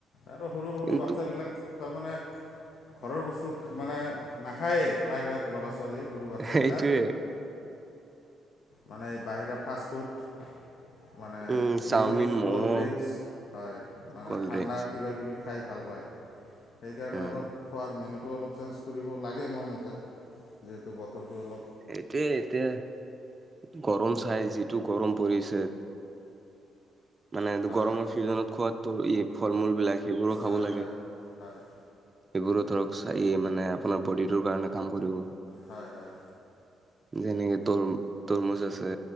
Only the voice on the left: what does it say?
আৰু সৰু সৰু
বাচ্ছাবিলাক। তাৰমানে ঘৰৰ বস্তু মানে নাখায়েই প্ৰায়ভাগ ল'ৰা ছোৱালী। সৰু বাচ্ছাবিলাক
মানে বাহিৰা ফাষ্টফুড। মানে
ফ্ৰিজৰ
ক'ল্ড ড্ৰিংকচ হয় মানে
ঠাণ্ডা
কিবা কিবি। খাই ভাল পায় সেইকাৰণে
অলপ খোৱাৰ মেনুটো। টো অলপ চেঞ্জ কৰিব লাগে মোৰ মতে যিহেতু বতৰটো অলপ।
হয়
হয়
হয় হয়
হয় হয়